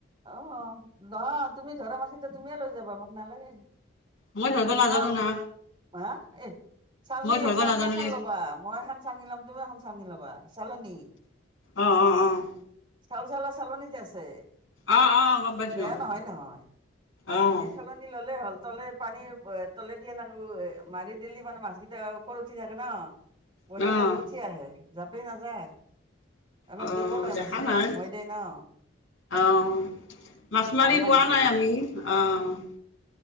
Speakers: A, on the right; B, on the left.
A: অ', অ' নহয় তুমি ধৰা মাছে, ত' তুমিয়ে লৈ যাবা মোক নালাগে।
B: মই ধৰিব
A: এ,
B: নাজানো
A: পাম
B: না
A: হ, এ, চালী
B: মই ধৰিব
A: চালনী
B: নাজানো
A: এখন
B: দেই
A: ল'বা, মই এখন চালনি লাম, তুমি এখন চালনি ল'বা, চালনী।
B: অ', অ', অ'।
A: চাউল-চলা চালনি যে আছে।
B: অ', অ', গম পাইছোঁ
A: বেয়া নহয়-নহয়,
B: অ',
A: এই চালনী ললে হ'ল তলে পানীৰ এ তলেদি এনেকে, অ' মাৰি দিলি মানে মাছ কেইটা ওপৰত উঠি থাকে ন। বঢ়িয়াকে
B: অ',
A: উঠি আহে, যাপেই নাযায়। অলপ
B: অ',
A: দুৰ্বল হয়
B: দেখা
A: মাছ বিলাক
B: নাই
A: হৈ দে ন।
B: অ', মাছ
A: ভাল
B: মাৰি
A: লাগে
B: পোৱা
A: ধৰি
B: নাই আমি অ'।